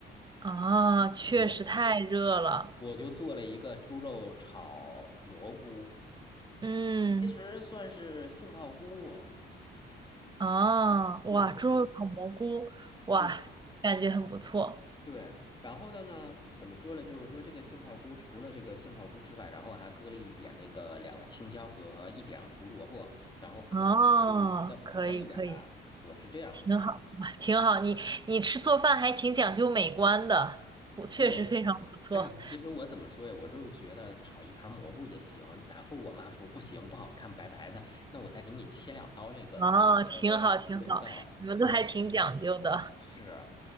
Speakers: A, on the right (about 20°); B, on the left (about 25°).
A: 啊！确实太热了。
B: 对，我就做了一个猪肉炒蘑菇，
A: 嗯，
B: 其实算是杏鲍菇。
A: 啊，哇，
B: 对对对。
A: 猪肉炒蘑菇，哇，
B: 对，
A: 感觉很不错。
B: 对，然后的呢，怎么说呢？就是说这个杏鲍菇除了这个杏鲍菇之外，然后还搁了一点那个两个青椒和一点胡萝卜，然后可能
A: 哦，可以可以，
B: 看一点吧。我是这样的，
A: 挺好，哇，挺好。你你吃做饭还挺讲究美观的，不，确实非常不错。
B: 哎呦，哎呦，其实我怎么说呀？我是觉得炒一盘蘑菇也行，然后我妈说不行，不好看，白白的，那我再给你切两刀这个呃胡萝卜。
A: 哦，挺好挺好，你们都还挺讲究的。
B: 对，我那个是啊